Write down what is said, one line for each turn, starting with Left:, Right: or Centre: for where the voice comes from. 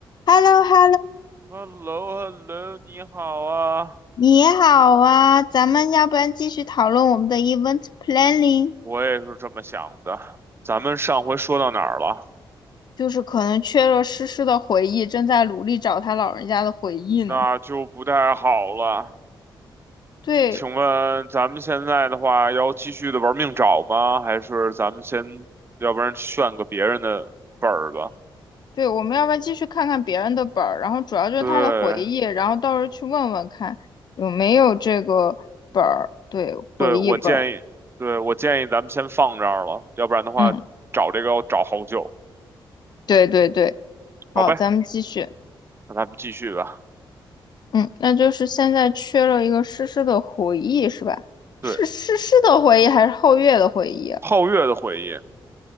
Left: h e l l o h e l l o
Right: h e l l o h e l l o 你好啊，
Left: 你好啊，咱们要不然继续讨论我们的 event planning，
Right: 我也是这么想的。咱们上回说到哪儿了？
Left: 就是可能缺了诗诗的回忆，正在努力找他老人家的回忆呢。
Right: 那就不太好了。
Left: 对
Right: 请问咱们现在的话，要继续的玩命找吗？还是咱们先，要不然炫个别人的本儿吧？
Left: 对，我们要不然继续看看别人的本儿，然后主要就是他的回忆，
Right: 对，
Left: 然后到时候去问问看有没有这个本儿，对，回忆本儿。
Right: 对，我建议，对，我建议咱们先放这儿了，要不然的话，
Left: 嗯，
Right: 找这个要找好久。
Left: 对对对，好，
Right: 好呗，
Left: 咱们继续。
Right: 那咱们继续吧。
Left: 嗯，那就是现在缺了一个诗诗的回忆是吧？
Right: 对，
Left: 是诗诗的回忆还是后月的回忆啊？
Right: 皓月的回忆，